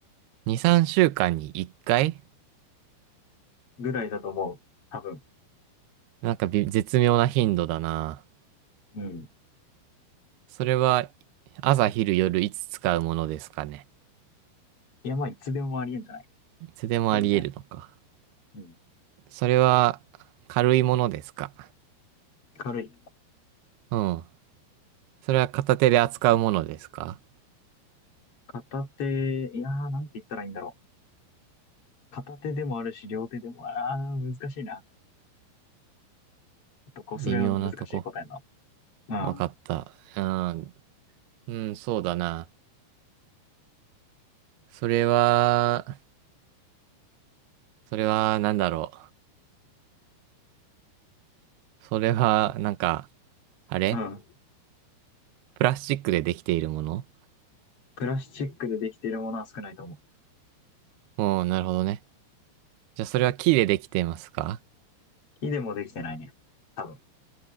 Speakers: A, on the right (about 70°); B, on the left (about 40°).
A: 2、3週間に1回
B: ぐらいだと思う。多分。
A: なんかび絶妙な頻度だな。
B: うん。
A: それは朝昼夜いつ使うものですかね。
B: いや、まあ、いつでもありえんじゃない
A: いつでもあり得るのか。
B: 全然。うん。
A: それは軽いものですか。
B: 軽い。
A: うん。それは片手で扱うものですか。
B: 片手、いやー、なんて言ったらいいんだろう。片手でもあるし、両手でも、あー、難しいな。えっと、こう、
A: 微妙なとこ。
B: それは難しい答えだな。
A: わかった。うん。うん、そうだな。それは、それはなんだろう。それはなんか、あれ
B: うん。うん。
A: プラスチックでできているもの
B: プラスチックでできているものは少ないと思
A: うん、なるほどね。じゃあそれは木でできていますか
B: 木でもできてないね。多分。